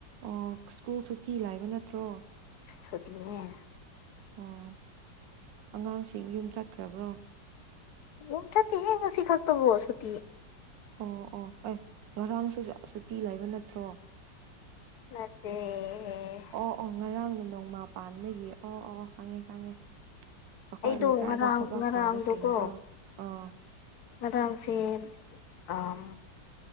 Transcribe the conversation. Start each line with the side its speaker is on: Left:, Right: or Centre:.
Right: ꯑꯣ ꯁ꯭ꯀꯨꯜ ꯁꯨꯨꯊꯤ ꯂꯥꯏꯕ ꯅꯠꯇ꯭ꯔꯣ
Left: ꯁꯣꯇꯤꯅꯦ
Right: ꯑꯣ ꯑꯉꯥꯡꯁꯤꯡ ꯌꯨꯝ ꯆꯠꯈ꯭ꯔꯕ꯭ꯔꯣ
Left: ꯌꯨꯝ ꯆꯠꯇꯦꯍꯦ ꯉꯁꯤ ꯈꯛꯇꯕꯣ ꯁꯨꯇꯤ
Right: ꯑꯣ ꯑꯣ ꯑꯦ ꯉꯔꯥꯡꯁꯨ ꯁꯨꯇꯤ ꯂꯩꯕ ꯅꯠꯇ꯭ꯔꯣ
Left: ꯅꯠꯇꯦ ꯍꯦ
Right: ꯑꯣ ꯑꯣ ꯉꯔꯥꯡꯅ ꯅꯣꯡꯃꯥ ꯄꯥꯟꯕꯒꯤ ꯑꯣ ꯑꯣ ꯈꯪꯉꯦ ꯈꯪꯉꯦ ꯑꯈꯣꯏ
Left: ꯑꯩꯗꯣ
Right: ꯂꯩꯀꯥꯏꯗ
Left: ꯉꯔꯥꯡ
Right: ꯊꯕꯛ
Left: ꯉꯔꯥꯡꯗꯣꯀꯣ
Right: ꯇꯧꯕꯁꯤꯡꯗꯣ ꯑꯥ
Left: ꯉꯔꯥꯡꯁꯦ ꯑꯝ